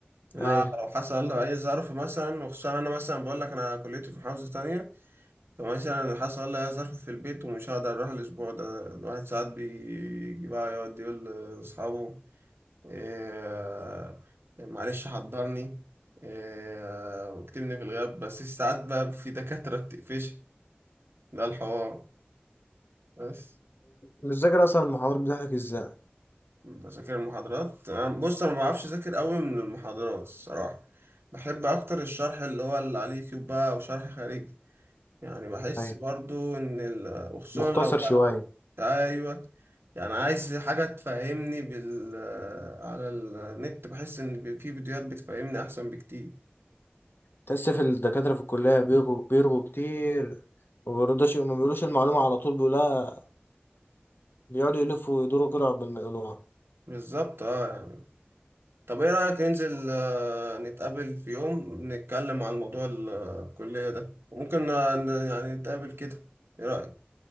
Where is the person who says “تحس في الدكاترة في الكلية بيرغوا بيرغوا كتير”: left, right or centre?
Left